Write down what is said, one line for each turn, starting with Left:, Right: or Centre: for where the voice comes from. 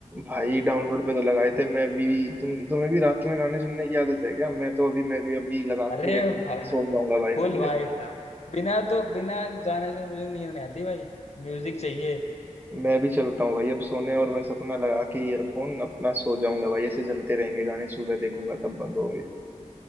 Right: भाई डाउनलोड पे तो लगाए थे मैं भी तुम तुम्हें भी रात में गाने सुनने की आदत है क्या मैं तो अभी मैं भी अभी लगा
Left: अरे
Right: के एयरफोन
Left: भाई
Right: सो जाऊंगा भाई
Left: फुल
Right: मैं भी
Left: भाई
Right: अभी
Left: full। बिना तो बिना गाने सुने मुझे नींद नहीं आती भाई म्यूजिक चाहिए
Right: मैं भी चलता हूँ भाई अब सोने और बस अपना लगा के ईयरफोन अपना सो जाऊंगा भाई ऐसे चलते रहेंगे गाने सुबह देखूंगा तब बंद होंगे